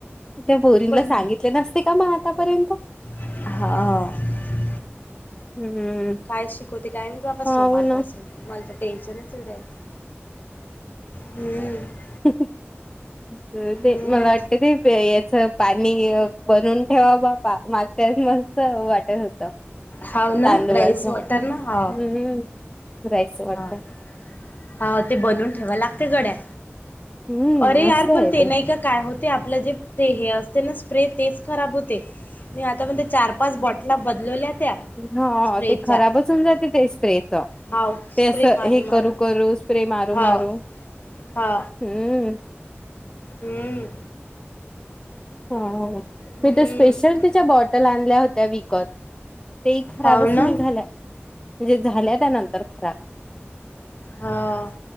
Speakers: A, on the left; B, on the left.
A: त्या बोरिंगला
B: पण
A: सांगितले नसते का मग आतापर्यंत
B: हा
A: हम्म
B: काय शिकवते काय म्हणजे बाबा सोमारपासून
A: हो ना
B: मला तर टेन्शनच उडल हम्म
A: <inaudible> ते
B: हम्म
A: मला वाटतें ते याच पाणी बनवून ठेवा बा तेच मस्त वाटत होतां
B: हाव ना राईस
A: ळाच हम्
B: वॉटर ना हाव
A: रायचं वाटत
B: हा. हा ते बनून ठेवा लागते गड्या
A: हम्म
B: अरे यार
A: मस्त आहे
B: पण ते नाही का काय होते आपलं जे ते हे असते ना स्प्रे तेच खराब होते मी आता चार पाच बॉटला बदलवल्या त्या
A: ह
B: स्प्रेच्या
A: ते खराबचन जाते ते स्प्रेच
B: हाव
A: ते
B: स्प्रे
A: असं
B: मारू
A: हे
B: मारू
A: करू करू स्प्रे मारू
B: हाव
A: मारू
B: हा
A: हम्म
B: हम्म
A: ह
B: हम्म
A: मी ते स्पेशल तिच्या बॉटल आणल्या होत्या त्या विकत ते खराबच
B: हाव ना
A: निघाल्या म्हणजे झाल्या त्यानंतर खराब
B: हां